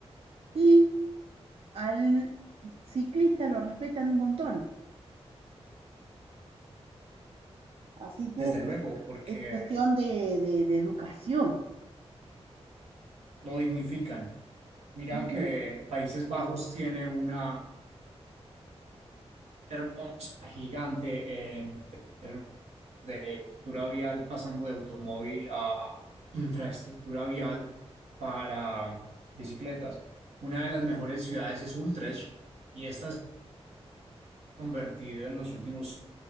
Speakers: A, on the right (about 60°); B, on the right (about 80°).
A: y al ciclista lo respetan un montón. Así que
B: desde luego, porque
A: es cuestión de, de- de educación.
B: lo dignifican. Mira
A: Ujú.
B: que Países Bajos tiene una hermosa, gigante en términos de infraestructura vial, pasando de automóvil a infraestructura vial para bicicletas. Una de las mejores ciudades es Utrecht y esta se ha convertido en los últimos